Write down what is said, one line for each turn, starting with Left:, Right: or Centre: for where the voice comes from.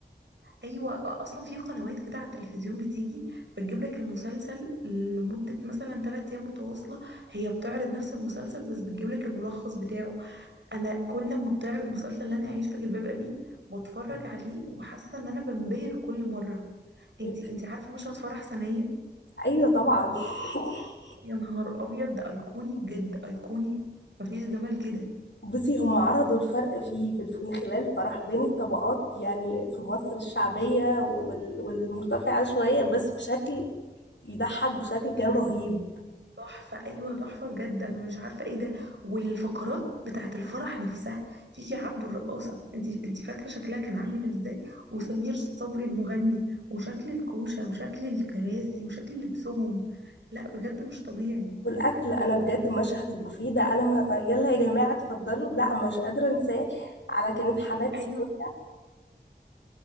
Right: أيوة أصلا في قنوات كده على التلفزيون بتيجي بتجيب لك المسلسل لمدة مثلا 3 أيام متواصلة هي بتعرض نفس المسلسل بس بتجيب لك الملخص بتاعه انا كل ما بتعرض مسلسل اللي انا اعيش في جلباب ابي بتفرج عليه وحاسه ان انا بنبهر كل مره انتي
Left: طيب،
Right: انتي عارفه مشهد فرح سنيه
Left: ايوه طبعا <laughs>
Right: يا نهار ابيض ده ايقوني بجد ايقوني مفيش جمال كده
Left: بصي هم عرضوا الفرق فيه في في- من خلال فرح بين الطبقات يعني في مصر الشعبيه وال- والمرتفعه شويه بس بشكل يضحك بشكل كان رهيب
Right: تحفه ايوه تحفه بجد انا مش عارفه ايه ده والفقرات بتاعت الفرح نفسها فيفي عبده الرقاصه انتي انتي فاكره شكلها كان عامل ازاي وسمير صبري المغني وشكل الكوشه وشكل الكراسي وشكل لبسهم لا بجد مش طبيعي
Left: والاكل انا بجد مشهد البوفيه ده انا ما يلا يا جماعه اتفضلوا لا مش قادره انساه على كانت حماد
Right: ايوه
Left: سلوك